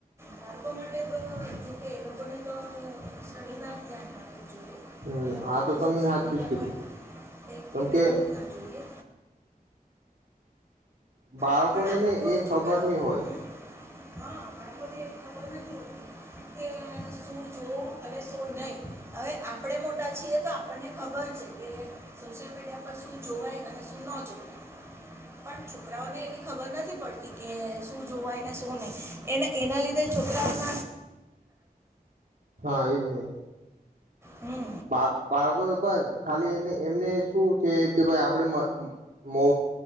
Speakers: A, on the right; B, on the right.
A: બાળકો માટે
B: <inaudible>
A: તો જો કે એ લોકોને તો સ્ટડીમાં જ ધ્યાન રાખવું જોઈએ
B: હમ્મ.
A: એ લોકો
B: આ તો તમને
A: સોશિયલ
B: હાચું
A: મીડિયા
B: જ કીધું.
A: પર એક્ટિવ
B: કેમ કે
A: રહેવું જ ના જોઈએ
B: બાળકોને
A: પણ આ
B: ને
A: લોકો
B: એ ખબર
A: છોકરાઓ
B: નહીં હોય
A: હા બાળકોને <unintelligible> કે શું જોઉં અને શું નહીં, હવે આપણે મોટા છીએ તો આપણને ખબર છે કે સોશિયલ મીડિયા પર શું જોવાય અને શું ન જોવાય, પણ છોકરાઓને એવી ખબર નથી પડતી કે શું જોવાય, ને શું નહીં, એને એના લીધે છોકરાઓનો
B: હા એજ ને.
A: હમ્મ.
B: બા બાળકોએ પણ ખાલી એને એમને શું છે કે ભઈ આપણે મ મો